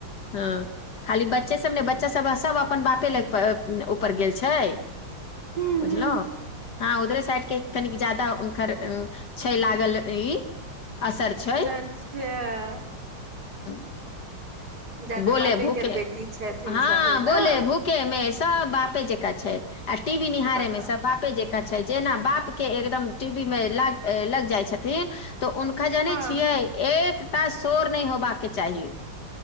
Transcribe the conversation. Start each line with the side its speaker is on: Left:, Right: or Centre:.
Left: हां खाली बच्चे सब ने ब बच्चा सब, सब अपन बापे लग प अ उ पर गेल छै।
Right: हू
Left: बुझलौ
Right: हू
Left: हाँ उधरे साइड। के तनिक जादा उनकर उम्म छै लागल ई।
Right: अच्छा।
Left: असर छै <unintelligible>
Right: जादे
Left: बोले,
Right: बापे
Left: भूकेे
Right: केर बेटी छथिन
Left: हाँ
Right: सभे
Left: बोले,
Right: ने
Left: भूकेे मे सब बापे जका छै। आ टी वी निहारे
Right: बताउ
Left: मे सब बापे जेका छै, जेना बाप के एकदम टी वी मे लाग ए लग जाय छथिन। तो उनका जानै
Right: हँ
Left: छियै एक टा शोर नै होबा के चाही।